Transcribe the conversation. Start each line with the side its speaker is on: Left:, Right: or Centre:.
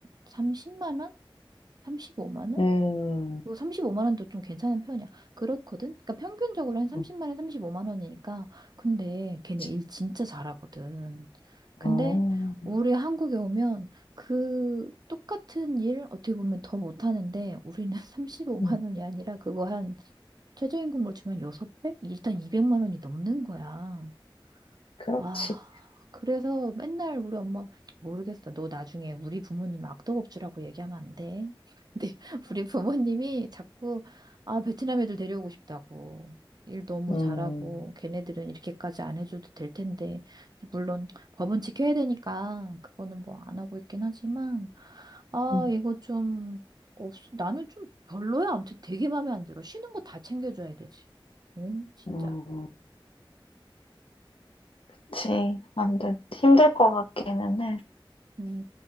Right: 30만 원? 35만 원?
Left: 응,
Right: 뭐 35만 원도 좀 괜찮은 편이야. 그렇거든? 그러니까 평균적으로 한 30만
Left: 응,
Right: 원, 35만 원이니까. 근데 걔네
Left: 그
Right: 일 진짜 잘하거든.
Left: 어,
Right: 근데 우리 한국에 오면 그 똑같은 일 어떻게 보면 더 못하는데 우리는 <laughs> 35만
Left: 응,
Right: 원이 아니라 그거 한 최저임금으로 주면 여섯 배 일단 200만 원이 넘는 거야.
Left: 그렇지.
Right: 아, 그래서 맨날 우리 엄마 모르겠어. 너 나중에 우리 부모님 악덕업주라고 얘기하면 안 돼. <laughs> 근데 우리 부모님이 자꾸 아, 베트남 애들 데려오고 싶다고. 일 너무
Left: 음,
Right: 잘하고 걔네들은 이렇게까지 안 해줘도 될 텐데. 근데 물론 법은 지켜야 되니까 그거는 뭐 안 하고 있긴 하지만 아,
Left: 응,
Right: 이거 좀 없, 나는 좀 별로야. 아무튼 되게 마음에 안 들어. 쉬는 거 다 챙겨줘야 되지. 응, 진짜.
Left: 음, 그치. 안 돼. 힘들 것 같기는 해.
Right: 음.